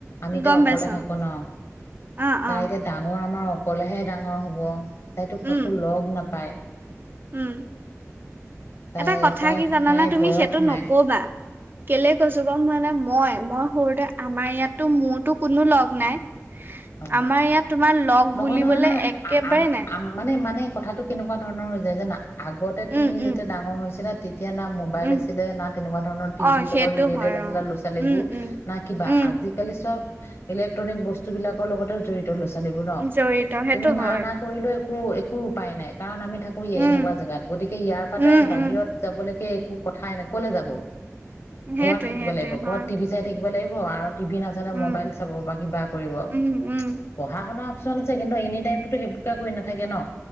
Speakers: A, on the left; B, on the right.
A: আমি
B: গম
A: এতিয়া অকলে
B: পাইছ
A: থাকো ন'।
B: অ
A: তাই
B: অ
A: এতিয়া ডাঙৰ আমাৰ অকলেহে ডাঙৰ হব তাইতো
B: উম
A: কাকো লগ নাপায়।
B: উম,
A: তাই
B: এটা কথা
A: তাই
B: কি জানানে
A: তাই
B: তুমি
A: বয়স
B: সেইটো
A: নাই
B: নকবা। কেলে কৈছোঁ। গম পোৱানে মই মই সৰুতে আমাৰ ইয়াতো মোৰতো কোনো লগ নাই।
A: অ
B: আমাৰ ইয়াত তোমাৰ লগ
A: নহয়
B: বুলিবলে
A: নহয় নহয়
B: একেবাৰে
A: আম
B: নাই।
A: আম মানে মানে, কথাটো কেনেকুৱা ধৰণৰ হৈ যায় যানা? আগতে তুমি
B: উম
A: যেতিয়া
B: উম
A: ডাঙৰ হৈছিলা তেতিয়া না- ম'বাইল
B: উম
A: আছিলে না তেনেকুৱা ধৰণৰ টি
B: অ
A: ভিৰ
B: সেইটো
A: লগত ৰেলেটেড
B: হয়
A: আছিলে
B: অ
A: ল'ৰা ছোৱালীবোৰ
B: উম উম
A: না কিবা।
B: উম
A: আজি- কালি চ'ব ইলেট্ৰনিক বস্তু বিলাকৰ লগতে জড়িত ল'ৰা ছোৱালীবোৰ ন।
B: জড়িত সেইটো
A: তুমি না
B: হয়
A: না- কৰিলেও একো একো উপায় নাই। কাৰণ আমি থাকো
B: উম
A: এনেকুৱা জেগাত, গতিকে ইয়াৰ পৰাই
B: উম
A: তাই বাহিৰত-
B: উম
A: যাব লৈকে একো কথাই নাই। কলৈ যাব?
B: সেইটোৱে
A: ঘৰতে থাকিব
B: সেইটোৱে
A: লাগিব,
B: হয়
A: ঘৰত টিভি- চাই থাকিব লাগিব আৰু টিভি নাচালে
B: উম
A: ম'বাইল চাব বা কিবা কৰিব।
B: উম উম।
A: পঢ়া শুনা অপচন আছে কিন্তু এনি টাইমতো সেইবোৰকে কৰি নাথাকে ন'।